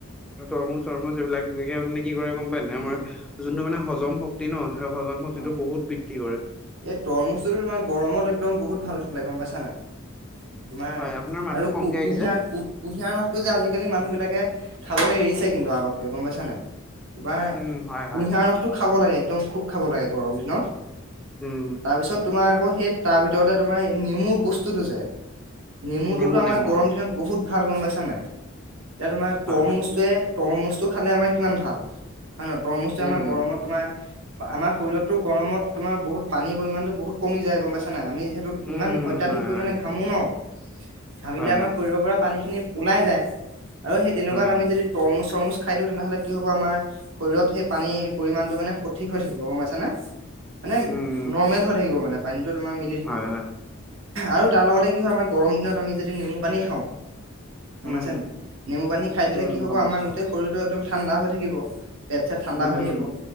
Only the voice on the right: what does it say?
উম,
অ'।
এই তৰমুজ টোতো তোমাৰ গৰমত একদম বহুত ভাল খালে গম পাইছা নে নাই। তোমাৰ
আৰু
কু
কুঁহিয়াৰ কু। কুঁহিয়াৰ ৰসটো যে আজিকালি মানুহ বিলাকে খাবলৈ এৰিছে কিন্তু আগতকে গম পাইছা নাই। বা
কুঁহিয়াৰ ৰসটো খাব লাগে একদম খুব খাব লাগে গৰম দিনত।
তাৰপিছত তোমাৰ আকৌ সেই তাৰ ভিতৰতে তোমাৰ নেমু বস্তুতটো যে। নেমুটোতো
আমাৰ
গৰম
দিনত বহুত ভাল গম পাইছা নাই এতিয়া তোমাৰ
তৰমুজটোৱে।
তৰমুজটো খালে আমাৰ কিমান ভাল হয় নে নহয় তৰমুজটো
আমাৰ
গৰমত তোমাৰ। আমাৰ শৰীৰতো গৰমত তোমাৰ বহুত পানীৰ পৰিমাণতো বহুত কমি যায় গম পাইছা নাই আমি। যিহেতু
ইমান অত্যাধিক
পৰিমানে
ঘামো ন ঘামিলে আমাৰ
শৰীৰৰ পৰা পানী খিনি। ওলাই যায় আৰু সেই তেনেকুৱাত
আমি যদি তৰমুজ চৰমুজ। খাই দিওঁ তেনেহ'লে কি হ'ব আমাৰ শৰীৰত সেই পানীৰ পৰিমণটো মানে সঠিক হৈ থাকিব গম পাইছানে। মানে
নৰ্মেল হৈ থাকিব মানে পানীটো তোমাৰ মিলি থাকিব।
আৰু তাৰ লগতে কি হয় আমাৰ গৰম দিনত আমি যদি নেমু পানী খাওঁ। গমপাইছানে
নেমু পানী খাই দিলে
কি হব
আমাৰ গোটেই শৰীৰটো একদম ঠাণ্ডা হৈ থাকিব। পেট চেট ঠাণ্ডা
হৈ থাকিব।